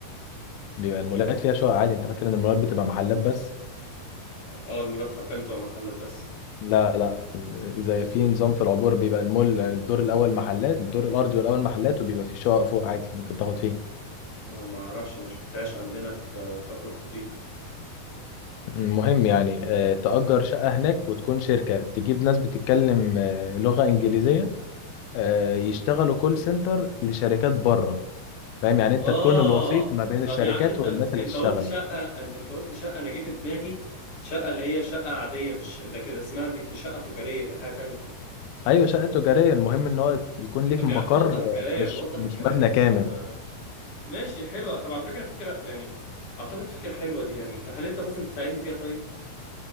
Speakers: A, on the left (about 85°); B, on the left (about 45°).
A: بيبقى المولات فيها شقق عادي انت فاكر ان المولات بتبقى محلات بس
B: اه المولات حرفيا بتبقى محلات بس
A: لا لا زي في نظام في العبور بيبقى المول الدور الاول محلات الدور الارضي والاول محلات وبيبقى في شقق فوق عادي ممكن تاخد فيه
B: آه ما اعرفش ما شفتهاش عندنا في آه، كفر بطيخ
A: المهم يعني آه، تأجر
B: مم.
A: شقة هناك وتكون شركة تجيب ناس بتتكلم آه، لغة إنجليزية آه، يشتغلوا كول سنتر لشركات بره فاهم يعني انت
B: اه
A: تكون الوسيط ما بين
B: طب
A: الشركات
B: يا عم انت
A: والناس اللي
B: انت
A: تشتغل
B: قلت شقة أن- انت قلت شقة انا جه في دماغي شقة اللي هي شقة عادية مش ده كده اسمها دي دي شقة تجارية دي حاجة تانية
A: ايوه شقة تجارية المهم ان هو يكون ليك
B: طب
A: مقر
B: يا عم وضح
A: آه،
B: الكلام
A: مش
B: وضح
A: مش
B: الكلام
A: مبنى
B: بس
A: كامل
B: انا ماشي حلوة طب على فكرة فكرة يعني اعتقد فكرة حلوة دي يعني انت هل انت ممكن تساعدني فيها طيب